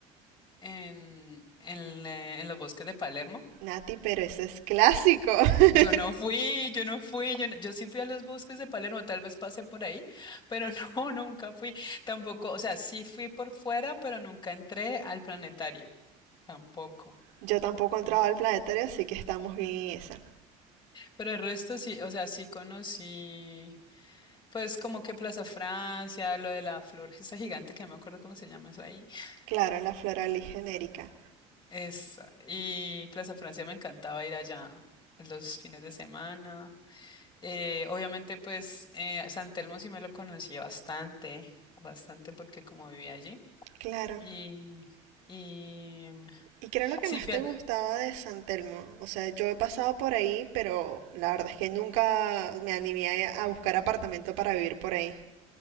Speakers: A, on the left; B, on the right.
A: en en, eh, en los bosques de Palermo.
B: Nati, pero ese es clásico. <laughs>
A: Yo no fui, yo no fui, yo, no- yo sí fui a los bosques de Palermo, tal vez pasé por ahí, pero <laughs> no, nunca fui, tampoco, o sea, sí fui por fuera, pero nunca entré al planetario, tampoco.
B: Yo tampoco he entrado
A: Mm.
B: al planetario, así que estamos bien en esa.
A: Pero el resto sí, o sea, sí conocí, pues como que Plaza Francia, lo de la flor, esa gigante que no me acuerdo cómo se llama eso ahí. <laughs>
B: Claro, la floral y genérica.
A: Esa, y Plaza Francia me encantaba ir allá los fines de semana. Eh, obviamente, pues eh, San Telmo sí me lo conocí bastante, bastante porque como vivía allí.
B: Claro,
A: Y, y mm,
B: ¿Y qué era lo que
A: sí,
B: más
A: fiel.
B: te gustaba de San Telmo? O sea, yo he pasado por ahí, pero la verdad es que nunca me animé a a buscar apartamento para vivir por ahí.